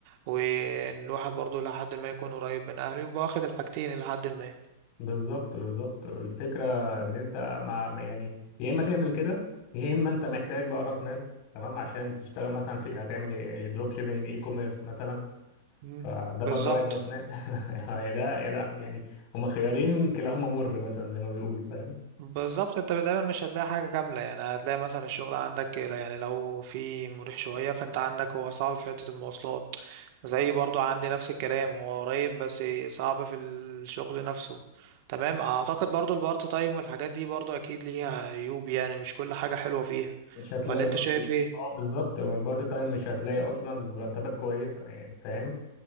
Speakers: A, on the right; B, on the left.
A: وان الواحد برضو لحد ما يكون قريب من اهله يبقى واخد الحاجتين لحد ما
B: بالظبط بالظبط الفكره ان انت ما ما- يعني يا اما تعمل كده يا اما انت محتاج بقى راس مال تمام عشان تشتغل مثلا في هتعمل دروب شيبنج اي كوميرس مثلا
A: مم.
B: فده
A: بالظبط
B: برضه عايز راس مال <laughs> يا ده يا ده يعني هما خيارين كلاهما مر مثلا زي ما بيقولوا فاهم
A: بالظبط انت دايما مش هتلاقي حاجة كاملة يعني هتلاقي مثلا الشغل عندك يعني لو في مريح شوية فانت عندك هو صعب في حتة المواصلات زي برضو عندي نفس الكلام هو قريب بس صعب في الشغل نفسه تمام اعتقد برضو البارت تايم والحاجات دي برضو اكيد ليها عيوب يعني مش كل حاجة حلوة فيها
B: مش هتلاقي
A: ولا
B: برضه
A: انت شايف ايه
B: اه بالظبط هو البارت تايم مش هتلاقي اصلا مرتبات كويسه يعني فاهم